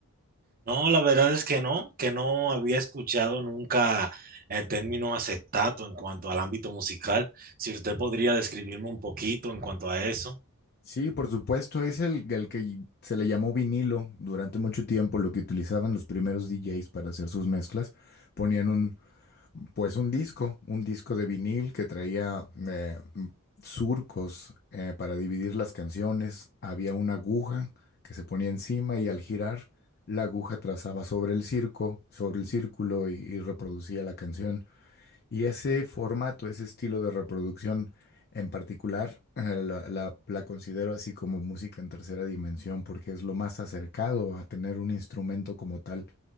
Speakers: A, on the right; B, on the left.
A: No, la verdad es que no, que no había escuchado nunca el término acetato en cuanto al ámbito musical. Si usted podría describirme un poquito en cuanto a eso.
B: Sí, por supuesto, es el, el que se le llamó vinilo durante mucho tiempo, lo que utilizaban los primeros DJs para hacer sus mezclas. Ponían un, Pues un disco, un disco de vinil que traía eh, m- surcos eh, para dividir las canciones. Había una aguja que se ponía encima y al girar la aguja trazaba sobre el circo, sobre el círculo y, y reproducía la canción. Y ese formato, ese estilo de reproducción en particular, eh, la, la la considero así como música en tercera dimensión porque es lo más acercado a tener un instrumento como tal